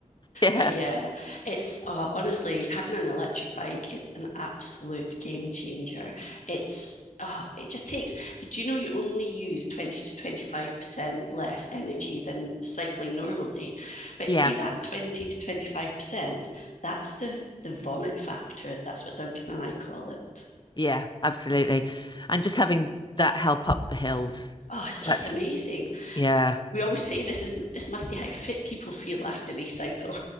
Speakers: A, on the left; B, on the left.
A: Yeah,
B: But yeah, it's uh, honestly having an electric bike is an absolute game changer. It's oh, it just takes. Do you know you only use 20 to 25% less energy than cycling normally? But
A: yeah,
B: see that 20 to 25%, that's the the vomit factor. That's what Duncan and I call it.
A: yeah, absolutely. And just having that help up the hills.
B: Oh, it's just
A: That's,
B: amazing.
A: yeah,
B: We always say this is this must be how fit people feel after they cycle.